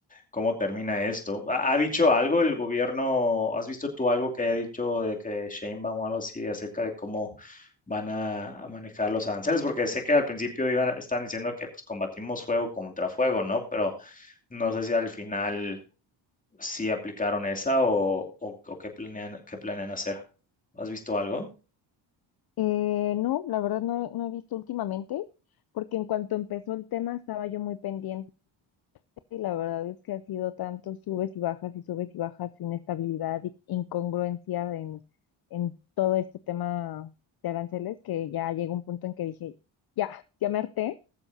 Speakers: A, on the left; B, on the left.
A: cómo termina esto. ¿Ha, ha dicho algo el gobierno? ¿Has visto tú algo que haya dicho de que Sheinbaum o algo así acerca de cómo van a, a manejar los aranceles? Porque sé que al principio iban, están diciendo que pues combatimos fuego contra fuego, ¿no? Pero no sé si al final sí aplicaron esa o, o, o qué planean, qué planean hacer. ¿Has visto algo?
B: Eh, no, la verdad no, no he visto últimamente, porque en cuanto empezó el tema estaba yo muy pendiente y la verdad es que ha sido tanto subes y bajas y subes y bajas, inestabilidad y incongruencia en, en todo este tema de aranceles que ya llegó un punto en que dije, ya, ya me harté